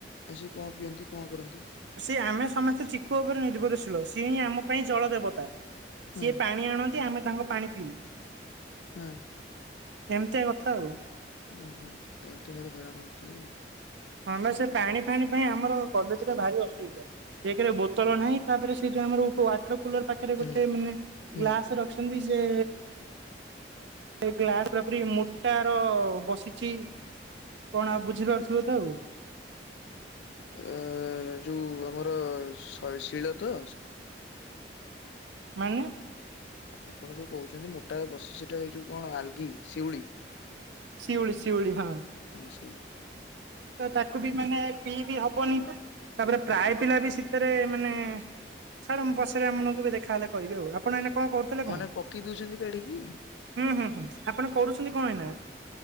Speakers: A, on the left (about 75°); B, on the right (about 75°).
A: ଆଚ୍ଛା! କଣ ପିଅନ୍ତି କଣ କରନ୍ତି?
B: ସିଏ ଆମେ ସମସ୍ତେ ଚିକୁ ଉପରେ ନିର୍ଭଳଶୀଳ, ସିଏ ହିଁ ଆମ ପାଇଁ ଜଳ ଦେବତା।
A: ହଁ
B: ସିଏ ପାଣି ଆଣନ୍ତି। ଆମେ ତାଙ୍କ ପାଣି ପିଉ।
A: ହୁଁ
B: ଏମିତିଆ କଥା ଆଉ।
A: ଓହୋ! ତାହେଲେ ତ ଭାରି ହଇରାଣ ହେଇଥିବେ ଆଉ
B: ହଁ, ବା ସେ ପାଣି ଫାଣି ପାଇଁ ଆମର କଲେଜରେ ଭାରି ଅସୁବିଧା। ଏକେ ରେ ବୋତଲ ନାହିଁ ତାପରେ ସେ ଯୋଉ ଆମର ଉପ ଉପରକୁଲର ପାଖରେ ଗୋଟେ
A: ହୁଁ
B: ମାନେ
A: ହୁଁ
B: ଗ୍ଲାସ
A: ହୁଁ
B: ରଖିଛନ୍ତି। ଯେ ସେ ଗ୍ଲାସ ପୂରାପୂରି ମୋଟାର ବସିଛି। କଣ ଆଉ ବୁଝିପାରୁଥିବ ତ ଆଉ।
A: ଉଁ ଯୋଉ ଆମର ଶୈଶିଳ ତ
B: ମାନେ।
A: ଆପଣ ଯୋଉ କହୁଛନ୍ତି ମୋଟା ବସିଛି ସେଟା ଏଇ ଯୋଉ କଣ ଆନ୍ଧି ଶିଉଳି
B: ଶିଉଳି -ଶିଉଳି ହଁ।
A: ହଁ ସେଇ
B: ତ ତାକୁ ବି ମାନେ ପିଇ ବିି ହବନି ତାପରେ ପ୍ରାୟ
A: ହଁ
B: ପିଲା ବି ସିଉ ଭିତରେ ମାନେ ଛାଡ଼ ମୁଁ ପଛରେ ଆପଣକୁ କେବେ ଦେଖାହେଲେ କହିବି ଆଉ। ଆପଣ ଏଇନା କଣ କରୁଥିଲେ କଣ?
A: ମାନେ ପକେଇ ଦଉଛନ୍ତି କାଢିକି
B: ହୁଁ -ହୁଁ -ହୁଁ ଆପଣ କରୁଛନ୍ତି କଣ ଏନା?